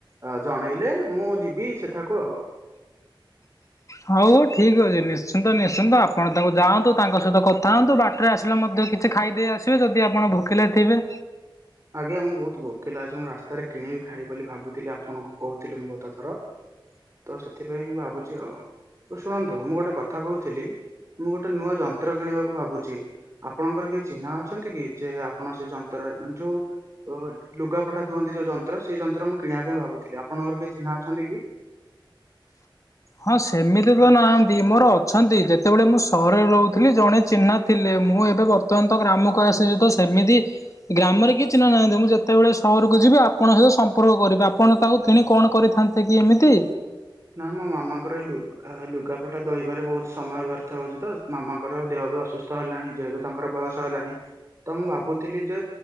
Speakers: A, on the right; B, on the left.
A: ଅ ଜଣେଇଲେ ମୁଁ ଯିବି ସେଠାକୁ ଆଉ।
B: ହଉ ଠିକ୍ ଅଛି ନିଶ୍ଚିନ୍ତ ନିଶ୍ଚିନ୍ତ ଆପଣ ତାଙ୍କୁ ଯାଆନ୍ତୁ ତାଙ୍କ ସହିତ କଥା ହଅନ୍ତୁ ବାଟରେ ଆସିଲେ ମଧ୍ୟ କି କିଛି ଖାଇଦେଇ ଆସିବେ ଯଦି ଆପଣ ଭୋକିଲେ ଥିବେ।
A: ଆଜ୍ଞା ମୁଁ ବହୁତ୍ ଭୋକିଲା ଅଛି ମୁଁ ରାସ୍ତାରେ କିଣିବି ଖାଇବି ବୋଲି ଭାବୁଥିଲି ଆପଣଙ୍କୁ କହୁଥିଲି ମୁଁ ଗତ ଥର। ତ ସେଥିପାଇଁ ଭାବୁଛି ଆଉ ଶୁଣନ୍ତୁ ମୁଁ ଗୋଟେ କଥା କହୁଥିଲି ମୁଁ ଗୋଟେ ନୂଆ ଯନ୍ତ୍ର କିଣିବାକୁ ଭାବୁଛି। ଆପଣଙ୍କର କେହି ଚିହ୍ନା ଅଛନ୍ତି କି ଯେ ଆପଣ ସେ ଯନ୍ତ୍ରରେ ମାନେ ଯୋଉ ଅ ଲୁଗା ପଟା ଧୁଅନ୍ତି ଯୋଉ ଯନ୍ତ୍ର ସେଇ ଯନ୍ତ୍ର ମୁଁ କିଣିବା ପାଇଁ ଭାବୁଥିଲି ଆପଣଙ୍କର କିଏ ଚିହ୍ନା ଅଛନ୍ତି କି?
B: ହଁ ସେମିତି ତ ନାହାଁନ୍ତି ମୋର ଅଛନ୍ତି ଯେତେବେଳେ ମୁଁ ସହରରେ ରହୁଥିଲି ଜଣେ ଚିହ୍ନା ଥିଲେ ମୁଁ ଏବେ ବର୍ତ୍ତମାନ ତ ଗ୍ରାମକୁ ଆସିଛି ତ ସେମିତି ଗ୍ରାମରେ କିଏ ଚିହ୍ନା ନାହାଁନ୍ତି ମୁଁ ଯେତେବେଳେ ସହରୁକୁ ଯିବି ଆପଣ ସହିତ ସମ୍ପର୍କ କରିବି ଆପଣ ତାକୁ କିଣି କଣ କରିଥାନ୍ତେ? ସେ କି ଏମିତି
A: ନା ମୋ ମାମାଙ୍କର ଲୁଗା-ଲୁଗାପଟା ଧୋଇବାରେ ବହୁତ ସମୟ ବ୍ୟର୍ଥ ହଉଛି ତ ମାମାଙ୍କର ଦେହ ବି ଅସୁ ବେସ୍ଥ ହେଲାଣି ଯେହେତୁ ତାଙ୍କର ବୟସ ହେଲାଣି। ତ ମୁଁ ଭାବୁଥିଲି ଯେ